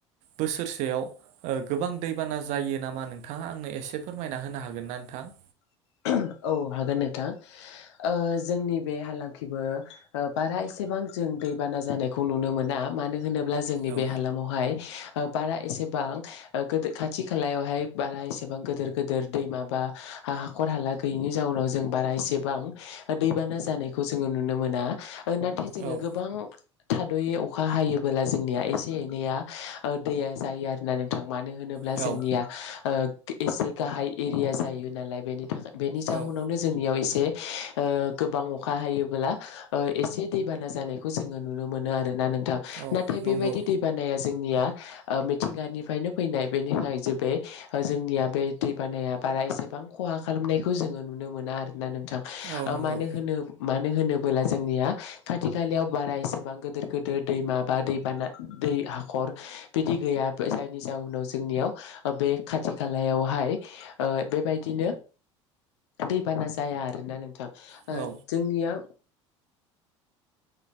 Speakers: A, on the right; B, on the left.
A: बोसोरसेयाव ओ गोबां दैबाना जायो नामा नोंथाङा आंनो एसे फोरमायना होनो हागोन ना नोंथा <inaudible>
B: <inaudible> औ हागोन नोंथां ओ जोंनि बे हालामखैबो बारा एसेबां जों दैबाना जानायखौ नुनो मोना मानो होनोब्ला जोंनि
A: औ
B: बे हालामावहाय ओ बारा एसेबां ओ गोदो खाथि खालायावहाय बारा एसेबां गोदोर गोदिर दैमा बा हाखर हाला गैयिनि जाउनाव जों बारा एसेबां दैबाना जानायखौ जोङो नुनो मोना ओ नाथाय जोङो
A: औ
B: गोबां थाद'यै अखा हायोबोला जोंनिया एसे एनैया ओ दैया जायो आरोना नोंथां मानो होनोब्ला
A: औ
B: जोंनिया ओ एसे गाहाय एरिया जायो नालाय बेनि थाखाय जाउनावनो
A: औ
B: जोंनियाव एसे ए ओ गोबां अखा हायोब्ला ओ एसे दैबाना जानायखौ जोङो नुनो मोनो आ रोना नोंथां
A: औ
B: नाथाय
A: नंगौ
B: बेबायदि दै बानाया जोंनिया ओ मिथिंगानिफ्रायनो फैनाय बेनिखाय जे बे जोंनिया बे दै बानाया बारा एसेबां खहा खालामनाय खौ जोङो नुनो मोना आरोना नोंथां
A: औ
B: ओ
A: नंगौ
B: मानो होनो मानो होनबोला जोंनिया खा थि खालायाव बारा एसेबां गोदिर गोदिर दैमा बा दैबाना दै हाखर बिदि गैया जायनि जाउनाव जोंनियाव बे खाथि खालायावहाय ओ बेबायदिनो दैबाना जाया आरोना नोंथां ओ
A: औ
B: जोंनिया